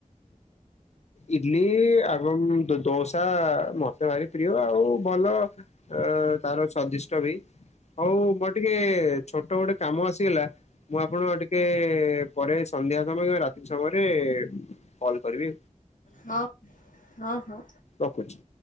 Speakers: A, on the left; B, on the left.
A: ଇଡଲି ଏଵଂ ଦ ଦୋସା ମତେ ଭାରି ପ୍ରିୟ ଆଉ ଭଲ ତାର ସ୍ୱାଦିଷ୍ଟି। ଚରି ହଉ ମୋର ଟିକେ ଛୋଟ ଗୋଟେ କାମ ଆସିଗଲା ମୁଁ ଆପଣଙ୍କୁ ଆଉ ଟିକେ କେ ପରେ ସନ୍ଧ୍ୟା ସମୟରେ ରାତି ସମୟରେ କଲ୍ କରିବି।
B: ହଁ ହଁ ହଁ।
A: ରଖୁଚି।